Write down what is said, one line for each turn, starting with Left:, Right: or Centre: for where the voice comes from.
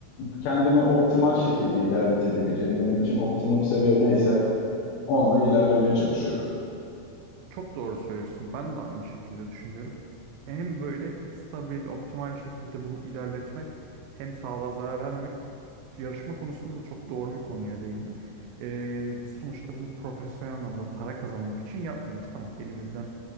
Left: kendimi optimal şekilde ilerletebileceğim, benim için optimum seviye neyse onunla ilerlemeye çalışıyorum.
Right: Çok doğru söylüyorsun. Ben de aynı şekilde düşünüyorum. Hem böyle stabil, optimal şekilde bunu ilerletmek, hem sağlığa zarar vermemek. Yarışma konusunda da çok doğru bir konuya değindin. Ee, biz sonuçta bunu profesyonel anlamda para kazanmak için yapmıyoruz. Tamam, elimizden